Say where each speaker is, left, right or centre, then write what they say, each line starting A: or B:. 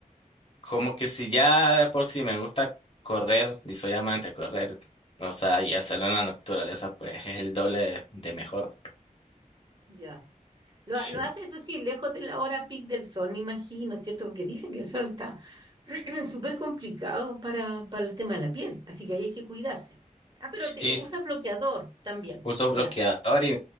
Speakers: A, on the left; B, on the right.
A: como que si ya de por sí me gusta correr y soy amante de correr, o sea, y hacerlo en la naturaleza, pues es el doble de, de mejor.
B: Ya. Lo,
A: Sí,
B: ha- lo hace eso sí, lejos de la hora pic del sol, me imagino, ¿cierto? Porque dicen que el sol está <clears throat> súper complicado para, para el tema de la piel, así que ahí hay que cuidarse. Ah, pero
A: sí,
B: te usas bloqueador también,
A: uso
B: ya.
A: bloqueador y,